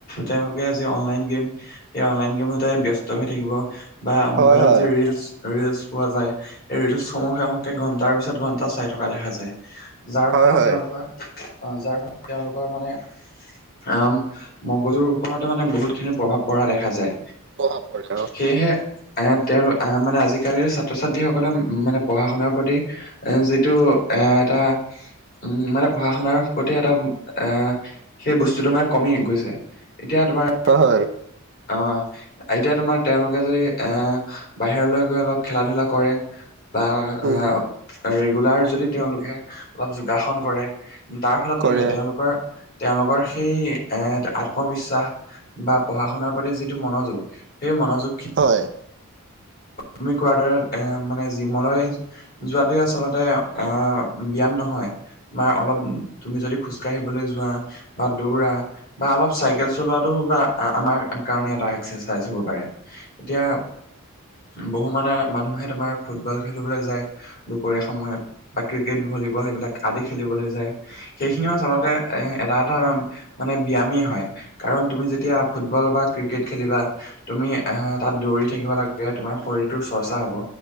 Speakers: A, on the left; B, on the right.
A: তেওঁলোকে যে আন লাইন গেম সেই অন লাইন গেমতে ব্যস্ত হৈ থাকিব। বা
B: হয়
A: মোবাইলত
B: হয়
A: যে ৰিলচ- ৰিলচ পোৱা যায় এই ৰিলচসমূহে হকে ঘন্টাৰ পিছত ঘন্টা চাই থকা দেখা যায়। যাৰ
B: হয়
A: ফলত
B: হয়
A: তেওঁলোকৰ যাৰ ফলত তেওঁলোকৰ মানে উম, মগজুৰ ওপৰৰত মানে বহুত খিনি প্ৰভাৱ পৰা দেখা যায়।
B: প্ৰভাৱ পৰে অ
A: সেয়েহে- আহ তেওঁল আহ মানে আজিকালিৰ ছাত্ৰ ছাত্ৰীসকলে মানে পঢ়া শুনাৰ প্ৰতি- এ যিটো এ এটা। উম মানে পঢ়া শুনাৰ প্ৰতি এটা আহ সেই বস্তুটো মানে, কমি গৈছে। এতিয়া তোমাৰ-
B: হয় হয়
A: অহ আইতা তোমাৰ তেওঁলোকে যদি এ বাহিৰলৈ গৈ অলপ খেলা ধূলা কৰে বা
B: উম
A: এ ৰেগুলাৰ যদি তেওঁলোকে অলপ যোগাসন কৰে তাৰ ফলত
B: কৰে
A: কি হয় তেওঁলোকৰ তেওঁলোকৰ সেই এ আত্মবিশ্বাস বা পঢ়া শুনাৰ প্ৰতি যিটো মনোযোগ সেই মনোযোগ খি
B: হয়
A: তুমি কোৱাৰ দৰে এ মানে জিমলৈ যোৱাটোৱে আচলতে আহ ব্যায়াম নহয় বা অলপ তুমি যদি খোজ কাঢ়িবলৈ যোৱা বা দৌৰা বা অলপ চাইকেল চলোৱাটো বা আ আমাৰ কাৰণে এটা এক্সাৰচাইজ হব পাৰে এতিয়া বহু মানে মানুহে তোমাৰ ফুটবল খেলিবলৈ যায় দুপৰীয়া সময়ত বা ক্ৰিকেট ভলীবল সেইবিলাক আদি খেলিবলৈ যায় সেইখিনিও আচলতে এ এটা এটা মানে ব্যায়ামেই হয় কাৰণ তুমি যেতিয়া ফুটবল বা ক্ৰিকেট খেলিবা তুমি আহ তাত দৌৰি থাকিব লাগে তোমাৰ শৰীৰটোৰ চৰ্চা হব